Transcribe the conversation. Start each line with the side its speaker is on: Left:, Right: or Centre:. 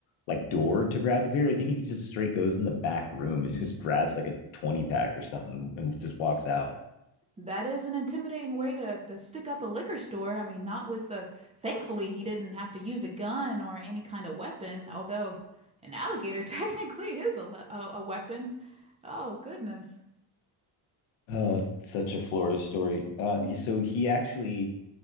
Left: like door to grab the beer. I think he just straight goes in the back room and <laughs> just grabs like a 20 pack or something and just walks out.
Right: That is an intimidating way to, to stick up a liquor store. I mean, not with a, thankfully, he didn't have to use a gun or any kind of weapon, although an alligator <laughs> technically is a, le- a, a weapon. Oh, goodness.
Left: Oh, such a Florida story. Uh,
Right: <laughs>
Left: so he actually